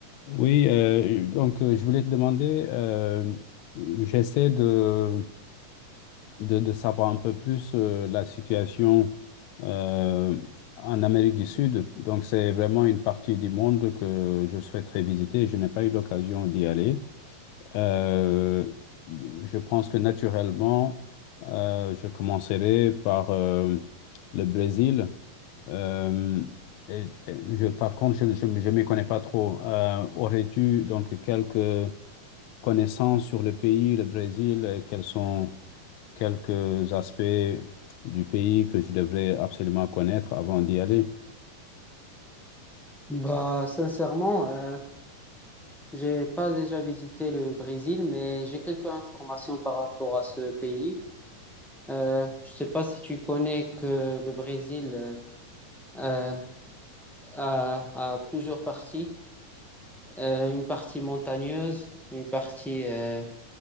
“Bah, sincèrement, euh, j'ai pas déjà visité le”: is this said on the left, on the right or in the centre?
Centre